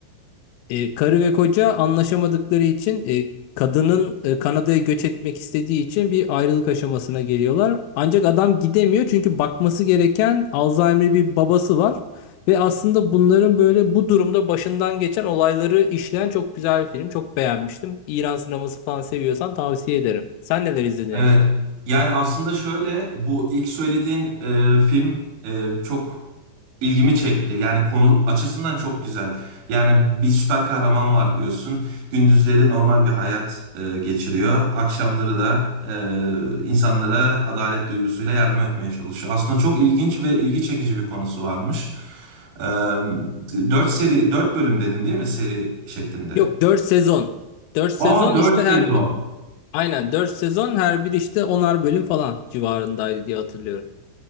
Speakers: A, on the left (about 85°); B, on the right (about 75°).
A: E, karı ve koca anlaşamadıkları için e, kadının e, Kanada'ya göç etmek istediği için bir ayrılık aşamasına geliyorlar. Ancak adam gidemiyor çünkü bakması gereken Alzheimer'lı bir babası var. Ve aslında bunların böyle bu durumda başından geçen olayları işleyen çok güzel bir film. Çok beğenmiştim. İran sineması falan seviyorsan tavsiye ederim. Sen neler izledin
B: Evet.
A: en son?
B: Yani aslında şöyle bu ilk söylediğin e, film e, çok ilgimi çekti. Yani konu açısından çok güzel. Yani bir süper kahraman var diyorsun. Gündüzleri normal bir hayat e, geçiriyor. Akşamları da e, insanlara adalet duygusuyla yardım etmeye çalışıyor. Aslında çok ilginç ve ilgi çekici bir konusu varmış. E, 4 seri 4 bölüm dedin değil mi seri şeklinde?
A: Yok 4 sezon. 4 sezon
B: Aa 4
A: işte
B: sezon.
A: her bir aynen 4 sezon her bir işte onar bölüm falan civarındaydı diye hatırlıyorum.